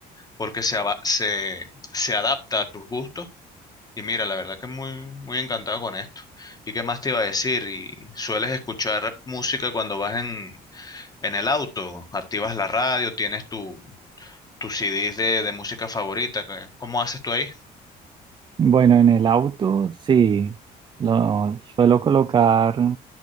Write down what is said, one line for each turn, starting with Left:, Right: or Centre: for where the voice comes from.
Left: porque se, ava- se, se adapta a tus gustos. Y mira, la verdad que muy, muy encantado con esto. ¿Y qué más te iba a decir? ¿Y sueles escuchar música cuando vas en, en el auto? ¿Activas la radio? ¿Tienes tu, tus CDs de, de música favorita? ¿Qué- ¿Cómo haces tú ahí?
Right: Bueno, en el auto sí, lo suelo colocar